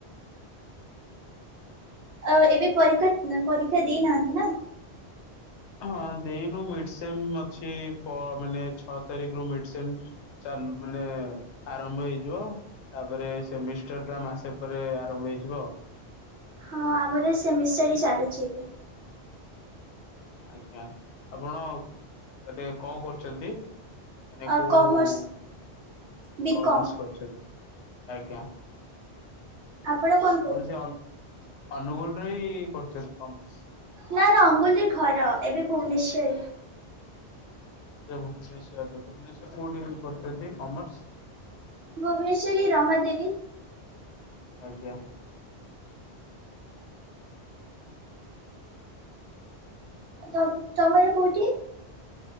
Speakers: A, on the left (about 85°); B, on the right (about 75°).
A: <inaudible>
B: ଆଉ ଏବେ ପରୀକ୍ଷା ପରୀକ୍ଷା ଦେଇନାହାନ୍ତି ନା?
A: ହଁ ଦେଇନୁ <unintelligible> ସେମ୍ ଅଛି ପ ମାନେ ଛଅ ତାରିଖରୁ <unintelligible> ସେମ୍ ଚାଲୁ ମାନେ ଆରମ୍ଭ ହେଇଯିବ ଆଉ। ତାପରେ ସେମିଷ୍ଟାର ଟା ମାସେ ପରେ ଆରମ୍ଭ ହେଇଯିବ ଆଉ।
B: ହଁ ଆମର ସେମିଷ୍ଟାର୍ ଚାଲୁଚି ଏବେ।
A: ଆଜ୍ଞା ଆପଣ ଏବେ କଣ କରୁଛନ୍ତି? ମାନେ
B: ଆଉ
A: କୋଉ
B: କମର୍ସ
A: <unintelligible>
B: ବିକମ୍
A: କରଛନ୍ତି ଆଜ୍ଞା।
B: ଆପଣ <unintelligible>
A: ତାପରେ ସେ ଅ ଅନୁଗୁଳରେ ଏଇ କରୁଚନ୍ତି କମର୍ସ।
B: ନା ନା <unintelligible> ଘର ଏବେ ଭୁବନେଶ୍ୱର ରେ।
A: ସେ ଭୁବନେଶ୍ୱରରେ ଭୁବନେଶ୍ଵର କୋଉଠି କରିଚନ୍ତି କମର୍ସ?
B: ଭୁବନେଶ୍ଵରରେ ରମାଦେବୀ
A: ଆଜ୍ଞା।
B: ତ ତମର କୋଉଠି?